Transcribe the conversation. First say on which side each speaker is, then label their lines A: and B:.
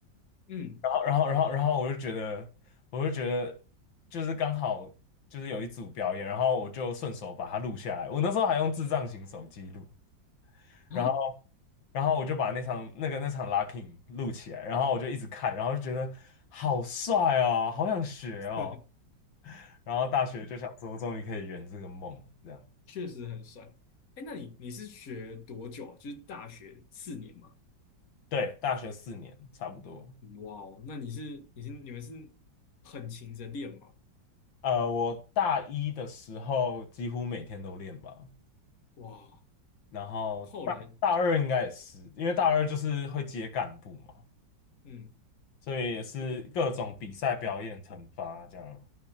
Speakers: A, on the left; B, on the left.
A: 嗯
B: 然后然后然后然后我就觉得，我就觉得就是刚好就是有一组表演，然后我就顺手把它录下来，我那时候还用智障型手机录，
A: 啊。
B: 然后然后我就把那场那个那场 locking 录起来，然后我就一直看，然后就觉得好帅哦，好想学哦，
A: <laughs>
B: 然后大学就想说终于可以圆这个梦，这样，
A: 确实很帅。哎，那你你是学多久啊？就是大学四年嘛？
B: 对，大学四年差不多。
A: 哇哦，那你是你是你们是很勤着练吗？
B: 呃，我大一的时候几乎每天都练吧，
A: 哇，
B: 然后大大二应该也是，
A: 后来
B: 因为大二就是会接干部嘛，
A: 嗯，
B: 所以也是各种比赛、表演、惩罚这样。